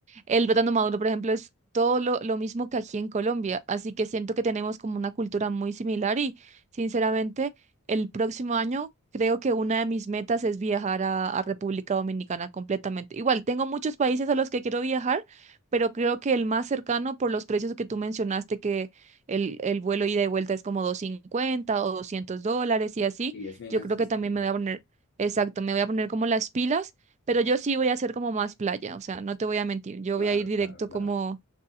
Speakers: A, on the right; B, on the left.
A: El plátano maduro, por ejemplo, es todo lo, lo mismo que aquí en Colombia, así que siento que tenemos como una cultura muy similar y sinceramente el próximo año creo que una de mis metas es viajar a, a República Dominicana completamente. Igual, tengo muchos países a los que quiero viajar, pero creo que el más cercano por los precios que tú mencionaste, que el, el vuelo ida y vuelta es como 250 o 200 dólares y así,
B: sí, es bien
A: yo
B: accesible.
A: creo que también me voy a poner, exacto, me voy a poner como las pilas pero yo sí voy a hacer como más playa, o sea, no te voy a mentir, yo
B: Claro,
A: voy a ir directo
B: claro, claro.
A: como,